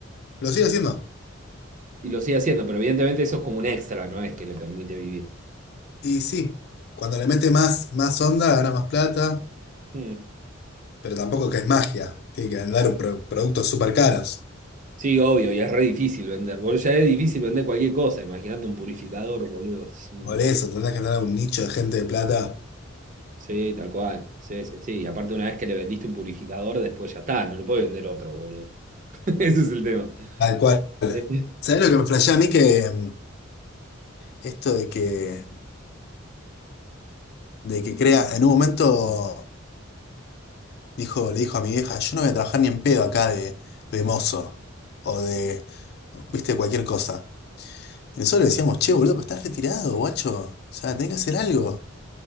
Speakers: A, on the left; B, on the right.
A: lo sigo haciendo.
B: Y lo sigue haciendo, pero evidentemente eso es como un extra, no es que le permite vivir.
A: Y sí, cuando le mete más, más onda, gana más plata,
B: Mm.
A: pero tampoco que es magia. Tiene que vender pro- productos súper caros.
B: Sí, obvio, y es re difícil vender. Boludo, ya es difícil vender cualquier cosa. Imagínate un purificador, boludo. Es un-
A: Por eso tendrás que tener un nicho de gente de plata
B: Sí, tal cual. Sí, sí, sí. Y aparte, una vez que le vendiste un purificador, después ya está, no le puedes vender otro, boludo. <laughs> Ese es el tema.
A: tal cual.
B: Eh,
A: ¿Sabés lo que me flashea a mí que mm, esto de que, de que crea, en un momento dijo, le dijo a mi vieja, yo no voy a trabajar ni en pedo acá de, de mozo o de, viste, cualquier cosa. Y nosotros le decíamos, che, boludo, pero estás retirado, guacho. O sea, tenés que hacer algo.